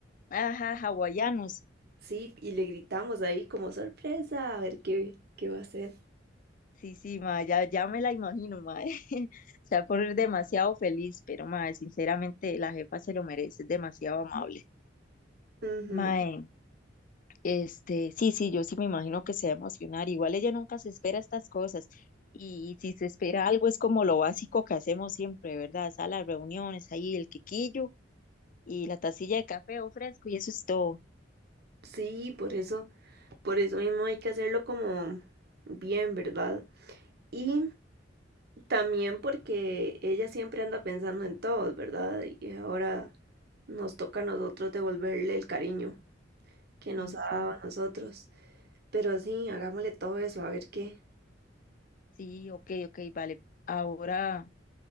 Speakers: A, on the left (about 45°); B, on the right (about 55°).
A: ajá, hawaianos.
B: Sí, y le gritamos ahí como sorpresa, a ver qué, qué va a hacer.
A: Sí, sí, ma, ya, ya me la imagino, ma. <laughs> Se va a poner demasiado feliz, pero ma, sinceramente la jefa se lo merece, es demasiado amable.
B: Ujú.
A: Ma, Este, sí, sí, yo sí me imagino que se va a emocionar. Igual ella nunca se espera estas cosas. Y, si se espera algo es como lo básico que hacemos siempre, ¿verdad? Salas, reuniones, ahí el quequillo y la tacilla de café o fresco y eso es todo.
B: Sí, por eso, por eso mismo hay que hacerlo como bien, ¿verdad? Y También porque ella siempre anda pensando en todos, ¿verdad? Y ahora nos toca a nosotros devolverle el cariño que nos
A: Sí,
B: ha
A: sí,
B: dado a nosotros. Pero sí, hagámosle todo eso, a ver qué.
A: sí, ok, ok, vale. Ahora,